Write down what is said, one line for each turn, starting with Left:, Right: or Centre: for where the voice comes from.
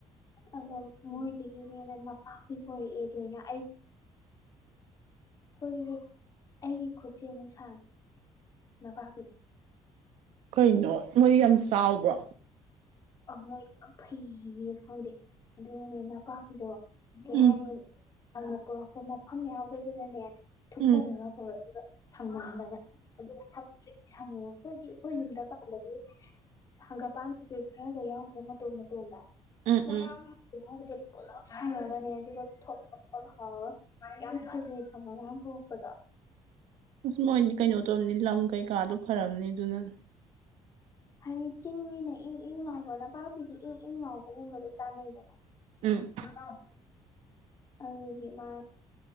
Left: ꯑꯗ ꯃꯣꯏꯗꯒꯤꯅꯦꯅ ꯃꯄꯥꯛꯕꯨ ꯄꯔꯛꯑꯦ ꯑꯗꯣꯏꯅ ꯑꯩ ꯍꯣꯏ ꯑꯩꯒꯤ ꯈꯨꯠꯁꯦ ꯑꯃꯨꯛ ꯁꯥꯡꯑꯦ ꯅꯄꯥꯄꯤꯗꯣ꯫
Right: ꯀꯩꯅꯣ ꯃꯣꯏ ꯌꯥꯝ ꯆꯥꯎꯕ꯭ꯔꯣ꯫
Left: ꯑ ꯃꯣꯏ ꯌꯥꯝ ꯐꯩ ꯈꯪꯗꯦ ꯑꯗꯨꯒꯅꯦ ꯅꯄꯥꯛꯄꯤꯗꯣ ꯀꯩ
Right: ꯎꯝ
Left: ꯍꯥꯏꯅꯤ ꯑꯗꯨꯅ ꯄꯨꯔꯛꯄ ꯃꯐꯝ ꯌꯥꯎꯗꯗꯨꯅꯅꯦ ꯊꯨꯞꯆꯜꯂꯒ
Right: ꯎꯝ
Left: ꯄꯨꯔꯛꯏꯕ꯫ ꯁꯪꯃꯟꯗꯅ ꯑꯗꯨꯒ ꯁꯪꯇꯔꯤꯛ ꯁꯪꯑꯦ ꯑꯩꯈꯣꯏꯗꯤ ꯑꯩꯈꯣꯏ ꯌꯨꯝꯗ <unintelligible> ꯍꯪꯒꯄꯥꯟ ꯀꯩꯀꯩ ꯈꯔꯒ ꯌꯥꯎꯗ꯭ꯔꯦ ꯃꯇꯣꯝ ꯃꯇꯣꯝꯗ
Right: ꯎꯝ
Left: ꯃꯌꯥꯝ
Right: ꯎꯝ
Left: <unintelligible> ꯄꯨꯂꯞ ꯁꯔꯛꯑꯒꯅꯤ ꯑꯗꯨꯒ ꯊꯣꯠ ꯊꯣꯠꯀ ꯂꯧꯔꯒ ꯌꯥꯝ ꯐꯖꯩ ꯈꯪꯃꯣ <unintelligible> ꯄꯔꯛꯄꯗꯣ
Right: ꯑꯁ ꯃꯣꯏꯗꯤ ꯀꯩꯅꯣ ꯇꯧꯔꯅꯤ ꯂꯝ ꯀꯩꯀꯥꯗꯣ ꯐꯔꯝꯅꯤ ꯑꯗꯨꯅꯅꯤ꯫
Left: ꯍꯥꯏꯗꯤ ꯆꯤꯡꯅꯤꯅ ꯏꯪ ꯏꯪ ꯂꯥꯎꯕ ꯅꯄꯥꯛꯄꯤꯗ ꯏꯪ ꯏꯪ ꯂꯥꯎꯕꯒꯨꯝꯕꯗ ꯆꯥꯟꯅꯩꯗꯅ꯫
Right: ꯎꯝ꯫
Left: <unintelligible> ꯑꯩꯒꯤ ꯃꯥ